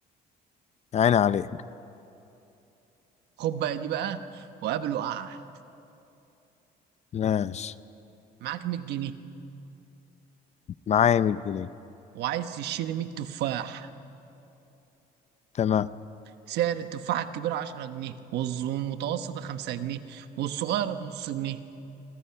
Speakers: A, on the left (about 40°); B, on the right (about 80°).
A: عين عليك
B: خد بقى دي بقى وقابل وقعت
A: ماشي
B: معاك مية جنيه
A: معايا 100 جنيه
B: وعايز تشتري مية تفاح
A: تمام
B: سعر التفاحة الكبيرة عشرة جنيه والز- والمتوسطة خمسة جنيه والصغيرة بنص جنيه